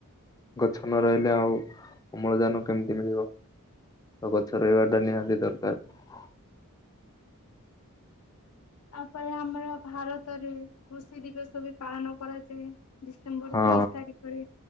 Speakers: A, on the left; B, on the left.
A: ଗଛ ନ ରହିଲେ ଆଉ ଅମ୍ଳଜାନ କେମିତି ମିଳିବ। ତ ଗଛ ରହିବାଟା ନିହାତି ଦରକାର।
B: ତାପରେ ଆମର ଭାରତରେ କୃଷି ଦିବସ ବି ପାଳନ କରାଯାଏ। ଡିସେମ୍ବର
A: ହଁ
B: ତେଇଶି ତାରିଖରେ